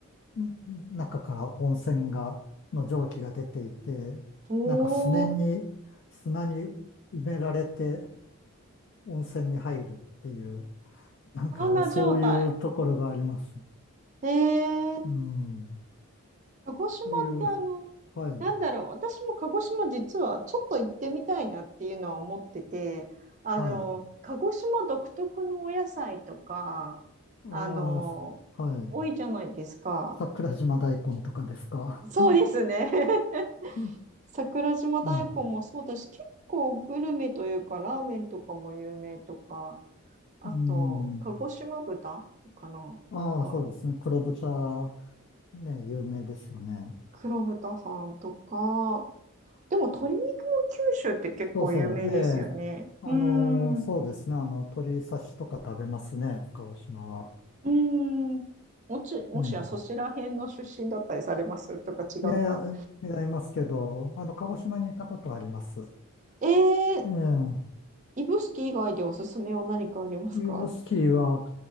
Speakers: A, on the left; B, on the right.
A: んん中から温泉が、の蒸気が出ていて、
B: おー、
A: なんかすねに、砂に埋められて温泉に入るっていう、なんかそういうところがあります。
B: サウナ状態。えー、
A: うん。
B: 鹿児島ってあの、
A: そういう、はい、
B: なんだろう、私も鹿児島実はちょっと行ってみたいなっていうのは思ってて、あの、
A: はい。
B: 鹿児島独特のお野菜とか、
A: ああ、
B: あの、
A: すはい。
B: 多いじゃないですか。
A: 桜島大根とかですか。
B: そうですね。
A: う
B: <laughs>
A: ん。
B: 桜島大根もそうだし、
A: うん。
B: 結構グルメというか、ラーメンとかも有名とか、あと、
A: うん
B: 鹿児島豚かな、
A: ああ、
B: なんか、
A: そうですね。黒豚、ね、有名ですよね。
B: 黒豚さんとか、でも鶏肉も九州って結構有名ですよね。
A: そうそう。ええ
B: うーん。
A: あの、そうですね。
B: う
A: あの、鶏刺しとか食べますね、鹿児島は。
B: ーん。もち、もしやそちら辺の出身だったりされますとか違うか。
A: うん。いやいや、違いますけど、あの、鹿児島に行ったことあります。
B: えー、
A: ええ。
B: 指宿以外でおすすめは何かありますか
A: ユーブスキーは